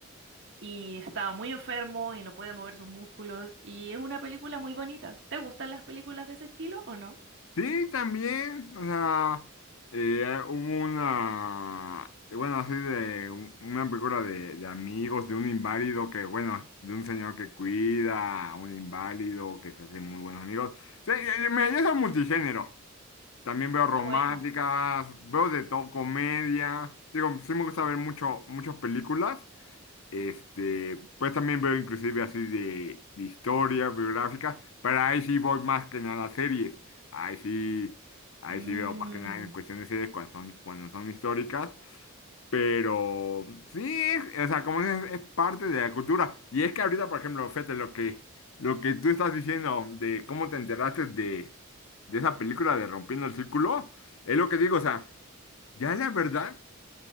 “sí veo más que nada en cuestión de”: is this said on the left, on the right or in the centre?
Left